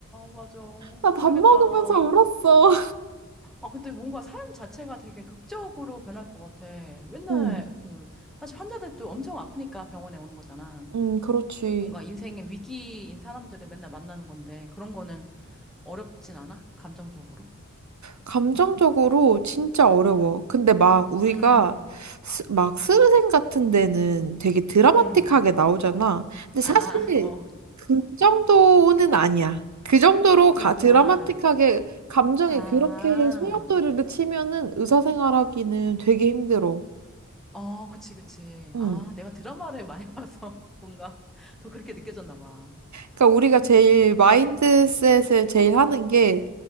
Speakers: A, in the centre; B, on the right.
A: 맞아.
B: 나 밥
A: 모르겠다.
B: 먹으면서 울었어.
A: 아, 근데 뭔가 삶 자체가 되게 극적으로 변할 것 같아. 맨날
B: 응,
A: 그, 사실 환자들도 엄청 아프니까 병원에 오는 거잖아.
B: 응, 그렇지.
A: 뭔가 인생의 위기인 사람들을 맨날 만나는 건데, 그런 거는 어렵진 않아? 감정적으로?
B: 감정적으로 진짜 어려워.
A: 음,
B: 근데 막 우리가
A: 음,
B: 스, 막 스르생 같은 데는 되게 드라마틱하게
A: 음.
B: 나오잖아. 근데
A: 아,
B: 사실
A: <laughs> 어,
B: 그 정도는 아니야. 그 정도로
A: 그렇구나.
B: 가, 드라마틱하게 감정이
A: 아,
B: 그렇게 소용돌이를 치면은 의사생활하기는 되게 힘들어.
A: 어, 그치, 그치.
B: 응.
A: 아, 내가 드라마를 많이 <laughs> 봐서 뭔가 더 그렇게 느껴졌나 봐.
B: 그러니까 우리가 제일 마인드셋을 제일 하는 게